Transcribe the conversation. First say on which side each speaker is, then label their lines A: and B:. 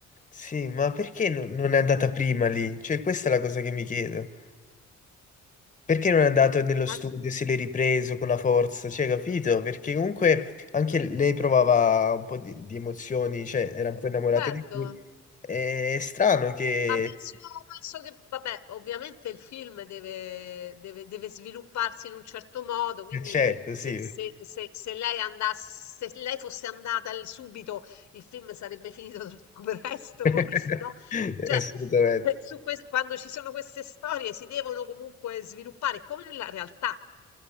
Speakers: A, on the left; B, on the left.
A: sì, ma perché no- non è andata prima lì? Cioè, questa è la cosa che mi chiedo. Perché non è andato nello
B: Ma
A: studio, se l'è ripreso con la forza, cioè, capito? Perché comunque anche lei provava un po' di, di emozioni, cioè, era un po' innamorata
B: certo,
A: di lui. È strano che...
B: Ma penso, penso che, vabbè, ovviamente il film deve, deve- deve svilupparsi in un certo modo, quindi
A: eh, Certo,
B: se,
A: sì.
B: se- se- se lei andasse, se lei fosse andata l- subito, il film sarebbe finito troppo <laughs> presto,
A: <laughs>
B: forse, no? Cioè,
A: Assolutamente.
B: eh, su ques- quando ci sono queste storie si devono comunque sviluppare, come nella realtà.